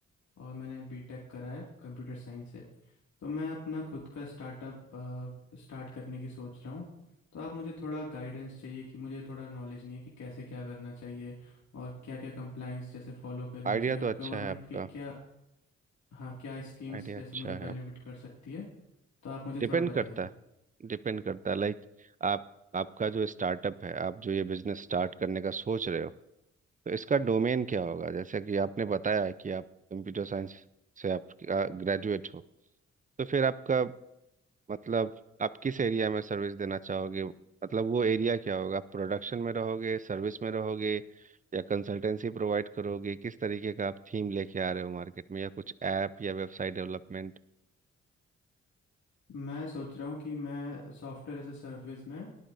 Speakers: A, on the left; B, on the right.
A: और मैंने बीटेक करा है कंप्यूटर साइंस से तो मैं अपना खुद का स्टार्टअप स्टार्ट करने की सोच रहा हूँ तो आप मुझे थोड़ा गाइडेंस चाहिए कि मुझे थोड़ा नॉलेज नहीं है कि कैसे क्या करना चाहिए और क्या क्या कंप्लाइंस जैसे फॉलो करनी
B: आइडिया
A: चाहिए
B: तो
A: और
B: अच्छा
A: गवर्नमेंट
B: है आपका
A: की क्या हाँ क्या स्कीम्स
B: आइडिया
A: जैसे
B: अच्छा
A: मुझे बेनिफिट
B: है आप
A: कर सकती है तो आप मुझे
B: डिपेंड
A: थोड़ा बताइए
B: करता है डिपेंड करता है लाइक आप आपका जो स्टार्टअप है आप जो ये बिजनेस स्टार्ट करने का सोच रहे हो तो इसका डोमेन क्या होगा जैसे कि आपने बताया कि आप कंप्यूटर साइंस से आप ग्रेजुएट हो तो फिर आपका मतलब आप किस एरिया में सर्विस देना चाहोगे मतलब वो एरिया क्या होगा आप प्रोडक्शन में रहोगे सर्विस में रहोगे या कंसल्टेंसी प्रोवाइड करोगे किस तरीके का आप थीम लेके आ रहे हो मार्केट में या कुछ ऐप या वेबसाइट डेवलपमेंट
A: मैं सोच रहा हूँ कि मैं सॉफ्टवेयर एज ए सर्विस में